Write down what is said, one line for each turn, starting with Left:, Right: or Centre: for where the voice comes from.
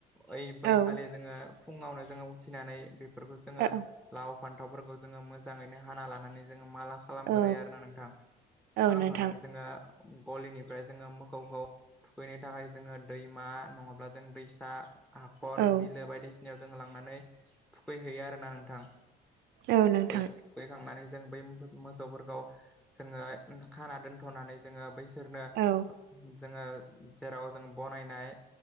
Centre: ओइ बैखालि
Right: औ
Centre: जोंङो फुङावनो जोंङो उथिनानै बेफोरखौ जोंङो
Right: औ
Centre: लाव फानथावफोरखौ जोंङो मोजांङैनो हाना लानानै जोंङो माला खालामग्रोयो
Right: औ
Centre: आरोना नोंथां
Right: औ
Centre: खालामखांनानै
Right: नोंथां
Centre: जोंङो गलिनिफ्राय जोंङो मोसौखौ फुखैनो थाखाय जोंङो दैमा नंङाब्ला जों दैसा हाखर
Right: औ
Centre: बिलो बायदिसिनायाव जोंङो लांनानै थुखैहैयो आरोना नोंथां
Right: औ नोंथां
Centre: थुखै थुखैखांनानै जों बै मोसौफोरखौ जोंङो खाना दोनथ'नानै जोंङो बैसोरनो
Right: औ
Centre: जोंङो जेराव जों बनायनाय